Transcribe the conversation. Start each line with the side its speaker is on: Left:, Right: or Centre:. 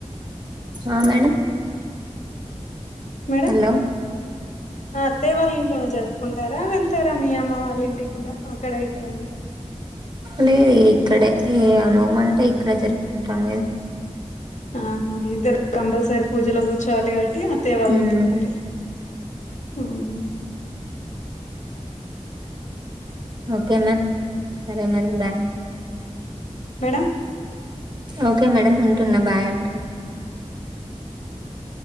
Right: ఆ మేడం
Left: మేడం
Right: హలో.
Left: అత్తయ్య వాళ్ళ ఇంట్లోనే జరుపుకుంటారా వేల్ ళ్తారా మీ అమ్మ వాళ్ళ ఇంటికి కూడా అక్కడ ఇక్కడ
Right: లేదు ఇక్కడే ఏ నోమ అంతా ఇక్కడే జరుపుకుంటాం
Left: ఆహా ఇద్దరు కంపల్సరీ పూజలో కూర్చోవాలి కాబట్టి అత్తయ్య వాళ్ళ
Right: హ్మ్.
Left: ఇంటి దగ్గరే ఉమ్
Right: ఓకే మ్యామ్ సరే మరి బాయ్
Left: మేడం
Right: ఓకే మేడం ఉంటున్నా బాయ్ అంటూనా